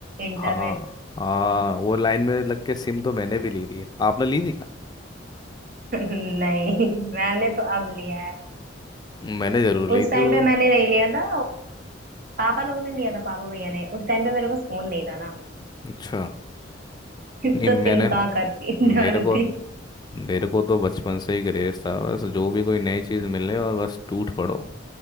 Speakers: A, on the right; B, on the left.
A: इंटरनेट
B: हाँ
A: <laughs>
B: हाँ वो लाइन में लग के सिम तो मैंने भी ली थी आपने ली थी क्या
A: नहीं मैंने तो अब लिया है
B: मैंने जरूर ली
A: उस
B: थी
A: टाइम
B: वो
A: पे मैंने नहीं लिया था पापा लोग ने लिया था पापा भैया ने उस टाइम पे मेरे पास फोन नहीं था ना
B: अच्छा
A: <laughs>
B: नहीं
A: तो
B: मैंने
A: सिम कहाँ करती डालती
B: मेरे को मेरे को तो बचपन से ही क्रेज था बस जो भी कोई नई चीज़ मिले और बस टूट पड़ो